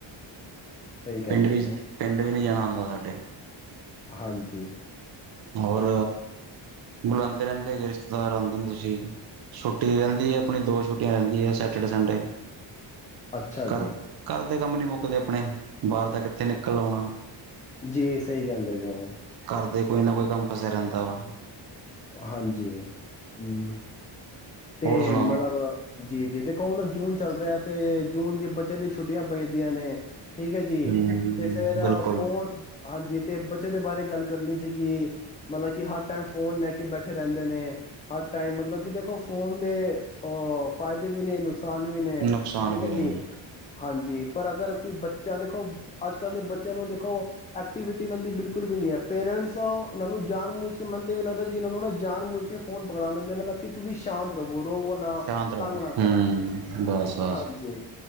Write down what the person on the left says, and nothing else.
ਸਹੀ ਕਹਿੰਦੇ
ਪਏ ਓ,
ਹਾਂਜੀ।
ਅੱਛਾ
ਜੀ।
ਜੀ ਸਹੀ ਕਹਿੰਦੇ ਪਏ ਹੋ।
ਹਾਂਜੀ ਹਮ। ਤੇ
ਮਤਲਬ ਜੀ-ਜੀ <unintelligible> ਜੂਨ ਚੱਲ ਰਿਹਾ ਤੇ ਜੂਨ ਦੀ ਬੱਚਿਆਂ ਦੀ ਛੁੱਟੀਆਂ ਪਈ ਦੀਆਂ ਨੇ। ਠੀਕ ਹੈ ਜੀ
ਤੇ ਫੇਰ
ਫੋਨ ਹਾਂਜੀ ਤੇ ਬੱਚੇ ਦੇ ਬਾਰੇ ਗੱਲ ਕਰਨੀ ਸੀ ਕਿ ਮਤਲਬ ਕਿ ਹਰ ਟਾਈਮ ਫੋਨ ਲੈ ਕੇ ਬੈਠੇ ਰਹਿੰਦੇ ਨੇ ਹਰ ਟਾਈਮ ਮਤਲਬ ਕਿ ਦੇਖੋ ਫੋਨ ਦੇ ਅਹ ਫਾਇਦੇ ਵੀ ਨੇ ਨੁਕ ਸਾਨ ਵੀ ਨੇ
ਠੀਕ
ਹੈ
ਜੀ ਹਾਂਜੀ। ਪਰ ਅਗਰ ਕੋਈ ਬੱਚਾ ਦੇਖੋ ਅੱਜ ਕੱਲ੍ਹ ਦੇ ਬੱਚਿਆਂ ਨੂੰ ਦੇਖੋ ਐਕਟੀਵਿਟੀ ਇਹਨਾਂ ਦੀ ਬਿਲਕੁਲ ਵੀ ਨੀ ਹੈ ਪੇਰੈਂਟਸ ਇਹਨਾਂ ਨੂੰ ਜਾਨ ਮੁੱਚ ਕੇ ਮੈਨ ਤੇ ਇਵੇਂ ਲੱਗਦਾ ਤੇ ਇਵੇਂ ਲੱਗਦਾ ਜੀ ਇਹਨਾਂ ਨੂੰ ਜਾਨ ਮੂਚ ਕੇ ਕੇ ਫੋਨ ਪਕੜਾ ਦਿੰਦੇ ਨੇ ਤਾਂ ਕਿ ਤੁਸੀਂ ਸ਼ਾਂਤ ਰਵੋ। ਰੋਵੋ ਨਾ
ਤੰਗ ਨਾ
ਕਰੋ
ਹਾਂਜੀ